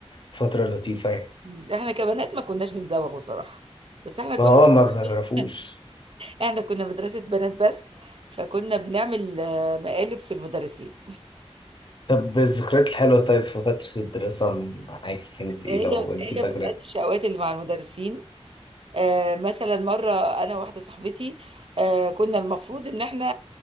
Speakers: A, on the left; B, on the right.
A: فترة لطيفة يعني
B: مم. احنا كبنات ما كناش بنزوغ بصراحة بس احنا كنا
A: ما هو ما بنعرفوش
B: بنعمل احنا كنا مدرسة بنات بس فكنا بنعمل آه، مقالب في المدرسين
A: طب الذكريات الحلوة طيب في فترة الدراسة معاكي كانت إيه
B: هي
A: لو أنتي
B: هي
A: فاكرة
B: مسألة الشقوات اللي مع المدرسين آه، مثلا مرة أنا واحدة صاحبتي آه، كنا المفروض إن إحنا